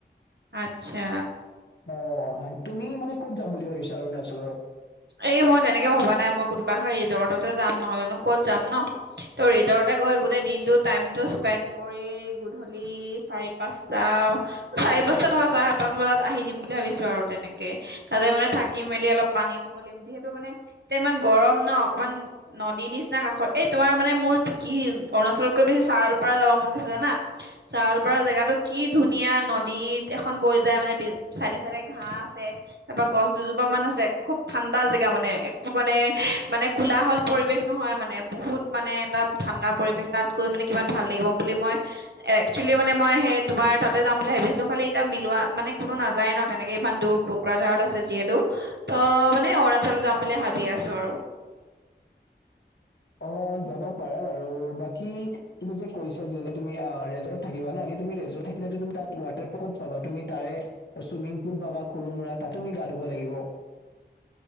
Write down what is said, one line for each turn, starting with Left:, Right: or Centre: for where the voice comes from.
Right: আচ্ছা।
Left: অঁ, তুমি মানে ক'ত যাম বুলি ভাবিছা অৰুণাচলৰ?
Right: এই মই তেনেকে ভবা নাই, মই কোনোবা এখন ৰিজৰ্টতে যাম, নহ'লেনো ক'ত যাম ন। ত ৰিজৰ্ট গৈ গোটেই দিনটো টাইমটো স্পেণ কৰি গধূলি চাৰি পাঁচটা চাৰি পাঁচটা নহয়, চাৰে সাতটামান বজাত আহি দিম বুলি ভাবিছো আৰু তেনেকে। তাতে মানে থাকি মেলি অলপ পানীও খুলিম, যিহেতু মানে এতিয়া ইমান গৰম ন। অকমান নদীৰ নিচিনা কাষৰ এই তোমাৰ মানে মোৰ কি অৰুণাচলতকৈ বেছি ছাৱালপাৰা যাব মন গৈছে জানা। চাৱালপাৰা জেগাটো কি ধুনীয়া নদীত এখন বৈ যায় মানে বি চাইদে চাইদে ঘাঁহ আছে, তাৰপা গছ দুজোপা মান আছে। খুব ঠাণ্ডা জেগা মানে, একো মানে মানে কোলাহল পৰিৱেশ নহয় মানে বহুত মানে একদম ঠাণ্ডা পৰিৱেশ তাত গৈ মানে কিমান ভাল লাগিব বুলি, মই একচুৱেলি, মানে মই সেই তোমাৰ তাতে যাম বুলি ভাবিছিলো। খালী এতিয়া মিলোৱা মানে কোনো নাযায় ন তেনেকে, ইমান দূৰ ক কোকৰাঝাৰত আছে যিহেতু। ত মানে অৰুণাচলত যাম বুলি ভাবি আছো আৰু।
Left: অ যাব পাৰা আৰু বাকী তুমি যে কৈছা যেনে তুমি ৰেজট থাকিব ন, এনে তুমি ৰেজট থাকিলে তুমি তাত ৱাটাৰ-ফলত ক'ত পাবা, তুমি তাৰে চুইমিং পুল পাবা, সৰু মুৰা তাত তুমি গা ধুব লাগিব।